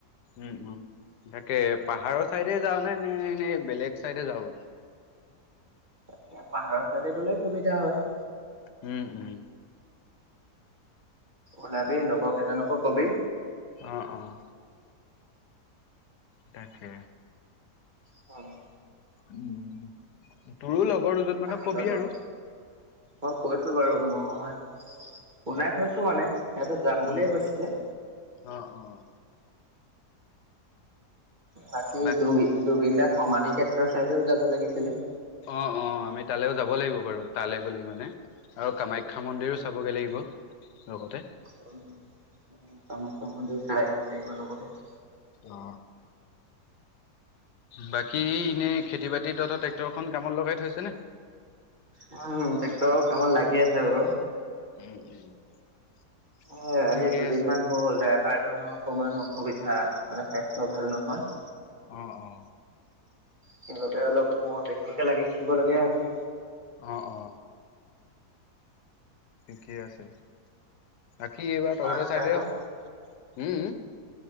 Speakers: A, on the left; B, on the right.
A: উম উম তাকে পাহাৰৰ চাইডে যাওঁ নে নে এনেই বেলেগ চাইডে যাওঁ
B: ত পাহাৰৰ চাইডে গ'লেও সুবিধা হয়
A: উম উম
B: ওলাবি লগৰ কেইজনকো কবি
A: অ', অ', তাকে
B: হয়
A: উম তোৰো লগ বৰ দুজনমানাৰ
B: বাকীৰ
A: কবি
B: লগত
A: আৰু
B: মই কৈছো বাৰু মই শুনাই থৈছো মানে সিহঁতে যাম বুলিয়ে
A: উম।
B: কৈছিলে
A: অ', অ',
B: বাকি
A: বাক
B: জুবিন জুবিন দা সমাধি ক্ষেত্ৰৰ ছাইডেও যাব লাগিছিলে
A: অ অ আমি তালৈও যাব লাগিব বাৰু তালৈ গলে মানে আৰু কামাখ্যা মন্দিৰো চাবগৈ লাগিব লগতে
B: উম কামাখ্যা মন্দিৰ চাই আহিবা <unintelligible> আহিবাৰ লগতে <unintelligible>
A: অ বাকী এনেই খেতি বাতি তথা ট্ৰেক্টৰ খন কামত লগাই থৈছেনে
B: উ ট্ৰেক্টৰ কামত লাগি আছে বাৰু
A: উম
B: অ আজি
A: ঠিকেই
B: দুদিন
A: আছে
B: মান হ'ল ড্ৰাইভাৰ অকমান অসুবিধা মানে স্বাস্থ্য ভাল নহয়
A: অ অ
B: সেইবাবে অলপ মহ বেছিকে লাগি থাকিব লগীয়া হৈছে
A: অ অ থিকেই আছে বাকী এইবাৰ তহতৰ
B: মা দেউতাহঁতৰ
A: চাইডে <unintelligible> উম